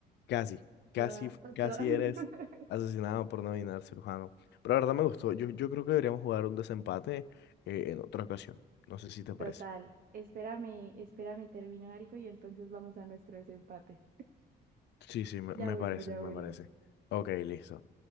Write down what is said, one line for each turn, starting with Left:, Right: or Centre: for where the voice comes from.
Left: Casi, casi,
Right: Toda,
Left: f- casi
Right: toda. <laughs>
Left: eres asesinado por no adivinar cirujano. Pero la verdad me gustó. Yo, yo creo que deberíamos jugar un desempate, eh, en otra ocasión. No sé si te parece.
Right: Total. Espérame, espérame, termino algo y entonces vamos a nuestro desempate.
Left: Sí, sí, me,
Right: Ya
Left: me
Right: vuelvo,
Left: parece,
Right: ya
Left: me
Right: vuelvo.
Left: parece. Ok, listo.